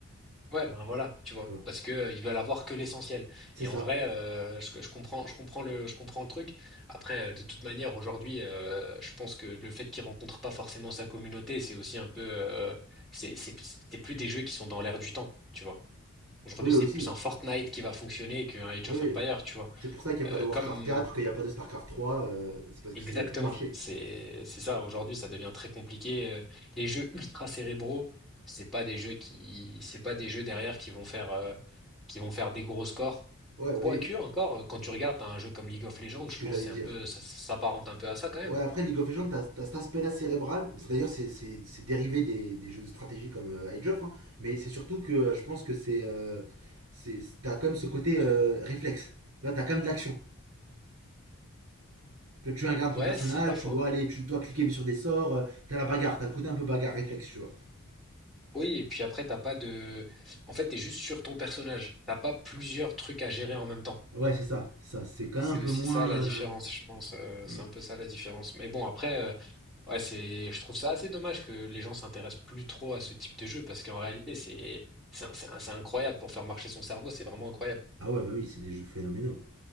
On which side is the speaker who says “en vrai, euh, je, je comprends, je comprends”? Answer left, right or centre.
Centre